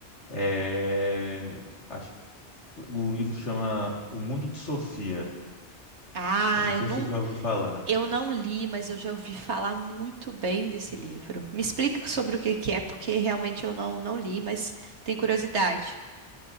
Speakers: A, on the left (about 80°); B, on the right (about 75°).
A: É, acho, o livro chama O Mundo de Sofia.
B: Ah,
A: Eu não sei
B: eu não
A: se você já ouviu falar.
B: Eu não li, mas eu já ouvi falar muito bem desse livro. Me explica sobre o que que é, porque realmente eu não, não li, mas tenho curiosidade.